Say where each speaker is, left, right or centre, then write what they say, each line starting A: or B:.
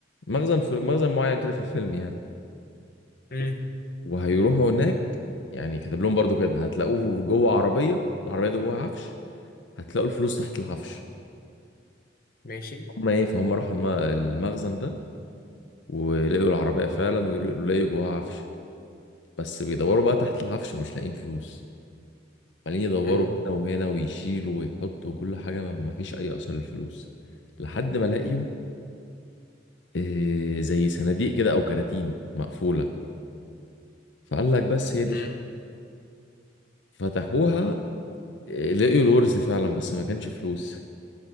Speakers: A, on the left; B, on the left.
A: مخزن في مخزن معين كده في الفيلم يعني
B: مم.
A: وهيروحوا هناك يعني كاتب لهم برضو كده هتلاقوه جوه عربية العربية دي جوه عفش هتلاقوا الفلوس تحت العفش
B: ماشي
A: هما ايه فهم راحوا الم- المخزن ده ولقوا العربية فعلا ولقوا جواها عفش بس بيدوروا بقى تحت العفش مش لاقيين فلوس عمالين يدوروا
B: مم.
A: هنا وهنا ويشيلوا ويحطوا وكل حاجة ما ما فيش أي أثر للفلوس لحد ما لاقيوا آه، زي صناديق كده أو كراتين مقفولة فقال لك بس هي دي
B: مم.
A: الفلوس. فتحوها آه، لقيوا الورث فعلا بس ما كانش فلوس